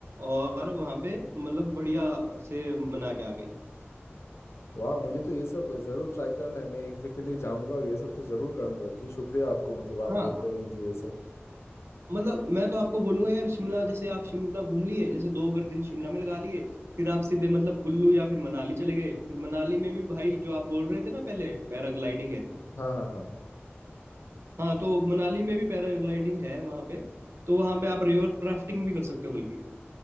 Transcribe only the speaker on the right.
और वहां पे मतलब बढ़िया से मना के आ गए
हाँ
मतलब मैं तो आपको बोलूंगा यार शिमला जैसे आप शिमला घूम लिए जैसे दो अगर दिन शिमला में लगा लिए फिर आप सीधे मतलब कुल्लू या फिर मनाली चले गए फिर मनाली में भी भाई जो आप बोल रहे थे ना पहले पैराग्लाइडिंग है
हाँ तो मनाली में भी पैराग्लाइडिंग है वहां पे तो वहां पे आप रिवर राफ्टिंग भी कर सकते हो बल्कि